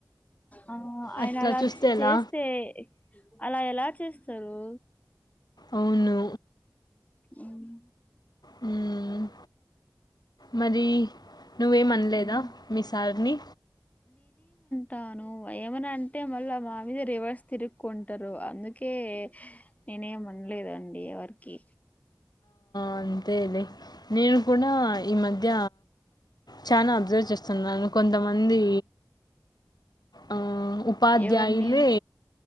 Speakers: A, on the left; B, on the left.
A: ఆ ఆయన
B: అట్లా
A: అలా
B: చూస్తే
A: చే
B: ఎలా
A: చేస్తే అలా ఎలా చేస్తారు
B: అవును
A: ఉమ్మ్
B: ఉమ్మ్ మరి నువ్వేం అనలేదా
A: ఉమ్.
B: మీ సార్ ని
A: రాను ఏమన అంటే మళ్ళా మా మీద రివర్స్ తిరుక్ంటారు అందుకే నేనేమనలేదండి ఎవరికి
B: అంతెలె నేను కూడ ఈ మధ్య చనా అబ్జర్వ్ చేస్తున్నాను కొంతమంది ఆ ఉపాధ్యాయులే
A: ఎవరిని